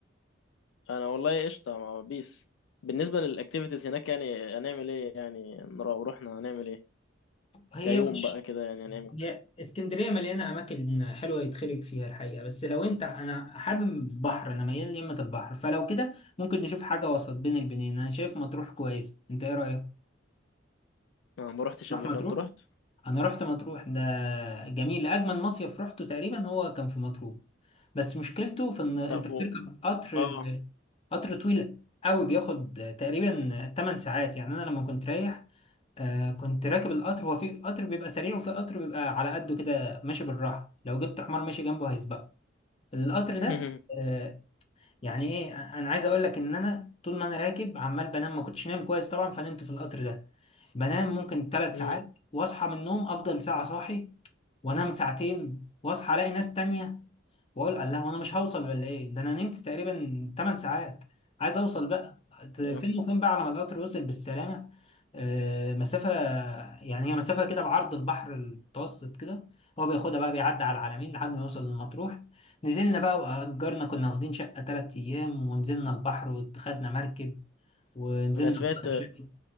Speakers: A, on the left (about 70°); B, on the left (about 30°).
A: أنا والله قشطة مع بيس بالنسبة للأكتيفيتيز هناك يعني هنعمل إيه يعني نرا- رحنا هنعمل إيه
B: هي
A: كيوم
B: مش
A: بقى كده يعني هنعمل
B: هي اسكندريه مليانه اماكن حلوه يتخرج فيها الحقيقه بس لو انت انا حابب بحر انا ميال ليمة البحر فلو كده ممكن نشوف حاجه وسط بين البنين انا شايف مطروح كويس انت ايه رايك
A: أنا ما روحتش
B: نروح
A: قبل
B: مطروح
A: كده أنت رحت؟
B: انا رحت مطروح ده جميل اجمل مصيف رحته تقريبا هو كان في مطروح بس مشكلته في ان انت
A: لا بو
B: بتركب قطر
A: آه
B: قطر طويل قوي بياخد تقريبا 8 ساعات يعني انا لما كنت رايح آه كنت راكب القطر هو في قطر بيبقى سريع وفي قطر بيبقى على قده كده ماشي بالراحه لو جبت حمار ماشي جنبه هيسبقه القطر
A: <laughs>
B: ده آه يعني ايه انا عايز اقول لك ان انا طول ما انا راكب عمال بنام ما كنتش نايم كويس طبعا فنمت في القطر ده بنام ممكن ثلاث
A: مم.
B: ساعات واصحى من النوم افضل ساعة صاحي وانام ساعتين واصحى الاقي ناس تانية واقول الله وانا مش هوصل ولا ايه ده انا نمت تقريبا 8 ساعات عايز اوصل بقى ت- فين
A: آه.
B: وفين بقى على ما القطر وصل بالسلامة آه، مسافة يعني هي مسافة كده بعرض البحر المتوسط كده هو بياخدها بقى بيعدي على العلمين لحد ما يوصل لمطروح نزلنا بقى وأجرنا كنا واخدين شقة تلات أيام ونزلنا البحر وخدنا مركب ونزلنا
A: أنا سمعت
B: بقى بشكل